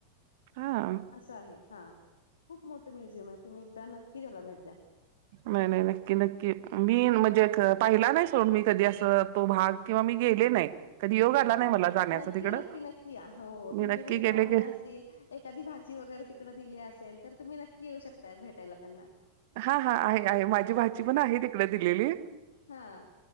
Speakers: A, on the right; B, on the left.
A: हा
B: असं आहे हा खूप मोठ म्युझियम आहे तुम्ही एकदा नक्की त्याला भेट द्या.
A: नाही नाही नक्की नक्की मी म्हणजे पाहिला नाही. सोड मी कधी असं तो भाग किंवा गेले नाही. कधी योग
B: हां.
A: आला नाही मला. जाण्याचा
B: नक्की
A: तिकडं
B: नक्की नक्कीया हो
A: मी
B: तुमचे
A: नक्की
B: कुणी
A: गेले
B: पाहुणे
A: की
B: असतील. एखादी भाची वगैरे तिकडं दिली असेल तर तुम्ही नक्की येऊ शकता भेटायला त्यांना.
A: हा हा आहे आहे माझी भाची पण आहे तिकड दिलेली.
B: हां,